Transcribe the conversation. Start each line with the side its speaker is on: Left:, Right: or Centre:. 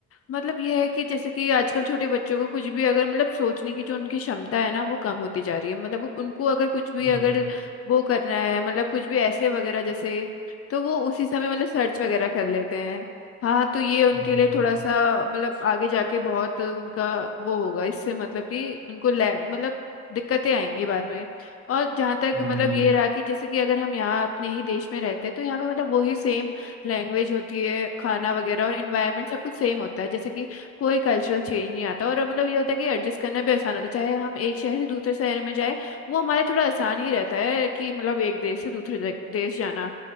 Left: मतलब ये है कि जैसे कि आजकल छोटे बच्चों को कुछ भी अगर मतलब सोचने की जो उनकी क्षमता है ना वो कम होती जा रही है मतलब वो उनको अगर कुछ भी
Right: हम्म
Left: अगर वो करना है मतलब कुछ भी ऐसे वगैरह जैसे तो वो उसी समय मतलब सर्च वगैरह कर लेते हैं हाँ तो ये उनके
Right: हम्म
Left: लिए थोड़ा सा मतलब आगे जाके बहुत उनका वो होगा इससे मतलब कि उनको ले मतलब दिक्कतें आएंगी बाद में और जहाँ तक
Right: हम्म
Left: मतलब ये रहा कि जैसे कि अगर हम यहाँ अपने ही देश में रहते हैं तो यहाँ पे मतलब वही सेम लैंग्वेज होती है खाना वगैरह और इन्वायरमेंट सब कुछ सेम होता है जैसे कि कोई कल्चरल चेंज नहीं आता और मतलब ये होता है कि एडजस्ट करना भी आसान होता है चाहे हम एक शहर से दूसरे शहर में जाए वो हमारे थोड़ा आसान ही रहता है कि मतलब एक देश से दूसरे दे- देश जाना